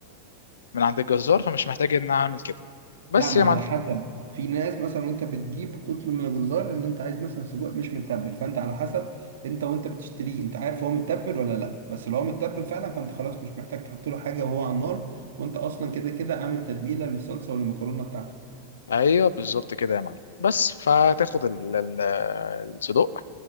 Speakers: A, on the left; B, on the right.
A: من عند الجزار فمش محتاج ان أنا اعمل كده بس
B: لا ما
A: يا
B: هو
A: معلم
B: على حسب في ناس مثلا وانت بتجيبه بتطلب من الجزار ان انت عايز مثلا سجق مش متبل فانت على حسب انت وانت بتشتريه انت عارف هو متبل ولا لا بس لو هو متبل فعلا فانت خلاص مش محتاج تحط له حاجه وهو على النار وانت اصلا كده كده عامل تتبيله للصلصه والمكرونه بتاعتك
A: ايوه بالظبط كده يا معلم بس فتاخد ال- ال- الصدق